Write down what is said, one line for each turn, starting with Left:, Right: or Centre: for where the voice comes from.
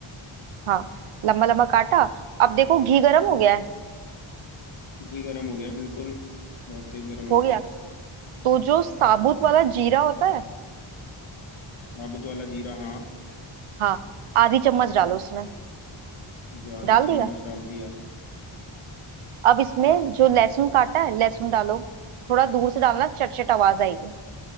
Right: हाँ लंबा लंबा काटा अब देखो घी गरम हो गया है
Left: घी गरम हो गया बिल्कुल बहुत तेज गरम
Right: हो
Left: रखा
Right: गया
Left: है
Right: तो जो साबुत वाला जीरा होता है
Left: साबुत वाला जीरा हाँ
Right: हाँ आधी चम्मच डालो उसमें
Left: ठीक है आधी
Right: डाल
Left: चम्मच
Right: दिया
Left: डाल दिया
Right: अब इसमें जो लहसुन काटा है लहसुन डालो थोड़ा दूर से डालना चटचट आवाज आएगी